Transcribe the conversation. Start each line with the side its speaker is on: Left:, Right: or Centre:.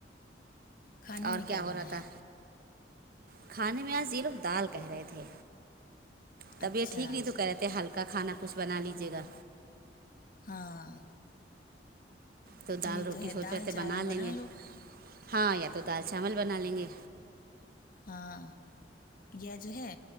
Left: کھانے
Right: اور
Left: میں
Right: کیا ہو
Left: بنایا
Right: رہا تھا کھانے میں آج یرف دال کہہ رہے تھے طبیعت
Left: اچھا
Right: ٹھیک نہیں تو کہہ رہے تھے ہلکا کا کھانا کچھ بنا لیجیے گا
Left: ہاں
Right: تو دال
Left: یہ
Right: روٹی
Left: ہے
Right: سوچ
Left: دال
Right: رہے تھے
Left: چاول
Right: بنا لیں گے
Left: لو
Right: ہاں یا تو دال چاول بنا لیں گے
Left: ہاں یا جو ہے